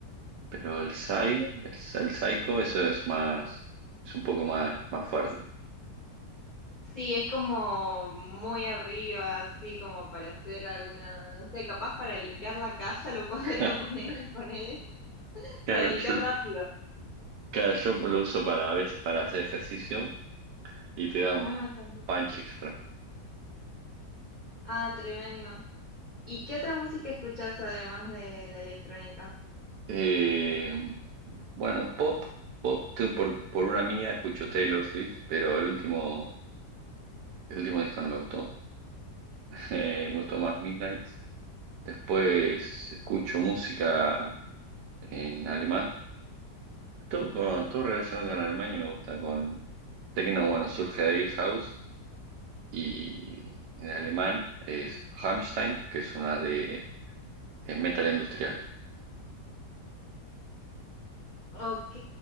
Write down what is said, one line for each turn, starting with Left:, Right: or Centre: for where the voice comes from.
Right: Pero el Psy,
Left: sí, sí,
Right: el, el Psycho, eso es más, es un poco más, más fuerte.
Left: Sí, es como muy arriba, así como para hacer alguna, no sé, capaz para limpiar la casa lo <laughs> podría
Right: <laughs>
Left: poner, ponele,
Right: Claro,
Left: para limpiar
Right: yo,
Left: rápido.
Right: claro, yo lo uso para a veces para hacer ejercicio y te da un
Left: Ah, también.
Right: punch extra.
Left: Ah, tremendo. ¿Y qué otra música escuchás además de la electrónica?
Right: Eh, bueno, pop, pop, tengo por, por una amiga escucho Taylor Swift, pero el último, el último disco no me gustó. <laughs> Eh, me gustó más Midnight. Después escucho música en alemán. Todo, con, todo relacionado con Alemania me gusta. Con techno, bueno, surge de ahí House. Y en alemán es Rammstein, que es una de, de metal industrial.
Left: Ok,